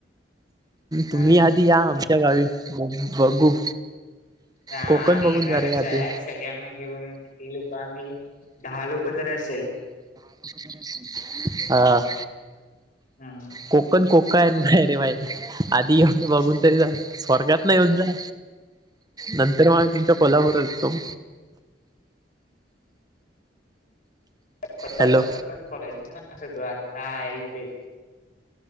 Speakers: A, on the left; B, on the right.
A: चालेल.
B: तुम्ही आधी या आमच्या गावी, बघू.
A: हा,
B: कोकण
A: आम्ही
B: बघून
A: येणारच
B: जा रे आधी
A: हाय, सगळ्यांना घेऊन किती लोक आम्ही, दहा लोक तर असेल.
B: <unintelligible> हा
A: हा
B: कोकण कोकण नाही रे भाई आधी येऊन
A: हम्म
B: बघून तर जा स्वर्गात नाही जा नंतर मग तुमच्या कोलावरचतो
A: <unintelligible>
B: हॅलो
A: आता आहे इथे